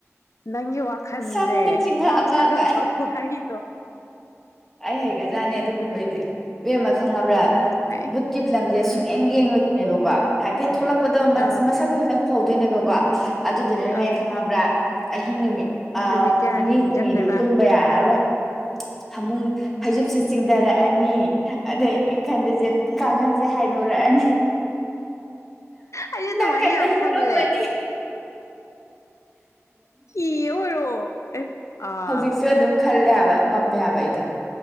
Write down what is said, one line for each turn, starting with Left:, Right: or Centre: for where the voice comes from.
Left: ꯅꯪꯒꯤ ꯋꯥꯈꯜꯁꯦ
Centre: ꯁꯝꯒ ꯆꯤꯡꯉꯛ
Left: ꯚꯥꯞ
Centre: ꯑꯕ
Left: ꯁꯥꯒꯠꯄ
Centre: ꯀꯥꯏ
Left: ꯈꯨꯍꯩꯗꯣ
Centre: ꯑꯩ ꯍꯩꯒꯗꯅꯦ ꯑꯗꯨ ꯒꯨꯝꯕꯩ ꯏꯕꯦꯝꯃ ꯈꯪꯉꯕ꯭ꯔꯥ
Left: ꯎꯝ ꯍꯥꯏ
Centre: ꯕꯨꯠꯀꯤ ꯐꯤꯂꯝꯁꯦ ꯁꯨꯡꯌꯦꯡ
Left: ꯎꯝ
Centre: ꯌꯦꯡꯉꯣꯏ ꯅꯕꯀꯣ ꯍꯥꯏꯐꯦꯠ ꯊꯣꯛꯂꯛꯄ ꯕꯨꯠꯇꯣ
Left: ꯑꯥ
Centre: ꯃꯁꯛ ꯀ ꯎꯍꯧ ꯗꯣꯏꯅꯦ ꯕꯀꯣ ꯑꯗꯨ ꯗꯨꯅꯅꯦ
Left: ꯑꯥ
Centre: ꯈꯪꯉꯕ꯭ꯔꯥ ꯑꯍꯤꯡ ꯅꯨꯃꯤꯠ ꯑꯥ
Left: ꯅꯨꯃꯤꯠ ꯀꯌꯥꯅꯤ
Centre: ꯅꯤꯅꯤ
Left: ꯅꯤꯡꯁꯤꯡꯗꯣꯏꯕ
Centre: ꯍꯨꯝꯅꯤꯗꯤ ꯇꯨꯝꯕ ꯌꯥꯔꯔꯣꯏ ꯐꯃꯨꯡ ꯍꯩ ꯖꯨꯞꯁꯦ ꯆꯤꯡ ꯊꯔꯛ ꯑꯅꯤ ꯑꯗꯩ ꯑꯩ ꯈꯟ ꯗꯣꯏꯁꯦ ꯀꯥꯡꯈꯟꯁꯦ ꯍꯥꯏꯗꯣꯔꯛ ꯑꯅꯤ
Left: ꯑꯩꯁꯨ ꯑꯗꯨꯃꯥꯏꯅ
Centre: ꯅꯥꯀꯟꯗ
Left: ꯌꯥꯝ
Centre: ꯍꯤꯞ
Left: ꯈꯜꯂꯦ
Centre: ꯄꯞ ꯃꯅꯤ
Left: ꯀꯤꯌꯦ ꯑꯦ ꯑꯥ
Centre: ꯍꯧꯖꯤꯛꯁꯨ ꯑꯗꯨꯝ ꯈꯜꯂꯦ ꯍꯥꯏꯕ ꯉꯝꯃꯦ ꯍꯥꯏꯕ ꯑꯩꯗꯣ